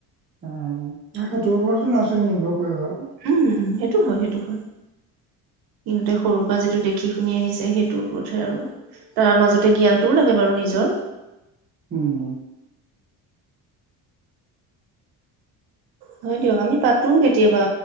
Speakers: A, on the right (about 30°); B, on the right (about 65°).
A: উম, না, সেইটোৰ ওপৰতো লৰা-ছোৱালী নিৰ্ভৰ কৰে ঘৰত।
B: উম, উম, সেইটো হয় সেইটো হয়। সিহঁতে সৰুৰ পৰা যিটো দেখি শুনি আহিছে সেইটোৰ পথে আৰু, তাৰ মাজতে জ্ঞানটোও লাগে বাৰু নিজৰ।
A: উম।
B: হয় দিয়ক। আমি পাতো কেতিয়াবা,